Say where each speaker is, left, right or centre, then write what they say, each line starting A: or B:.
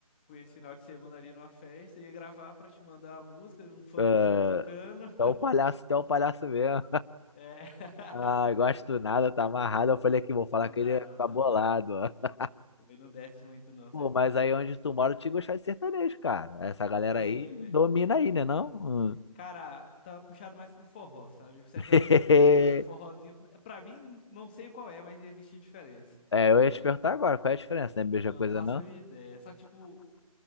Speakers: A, on the left (about 15°); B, on the left (about 50°).
A: fui esse final de semana ali numa festa, ia gravar pra te mandar a música, um funkzinho
B: ah,
A: tocando.
B: tu é um palhaço, tu é um palhaço mesmo.
A: É. <laughs>
B: Ah, gosto do nada, tá amarrado. Eu falei aqui, vou falar
A: Não não
B: que
A: dá,
B: ele ia
A: não,
B: ficar
A: também.
B: bolado, <laughs> ó.
A: Também não desce muito, não,
B: Pô,
A: sertanejo.
B: mas aí onde tu mora, eu te gostar de sertanejo, cara. Essa galera
A: Tem,
B: aí domina
A: velho.
B: aí, né, não? Hum.
A: Cara, tá puxado mais pro forró, sabe? O sertanejo
B: <laughs>
A: tem, mas o forrozinho. Pra mim, não sei qual é, mas existe diferença.
B: É, eu ia te perguntar agora, qual é a diferença? Não é a mesma
A: Não
B: coisa,
A: faço
B: não?
A: a minha ideia. Só que, tipo,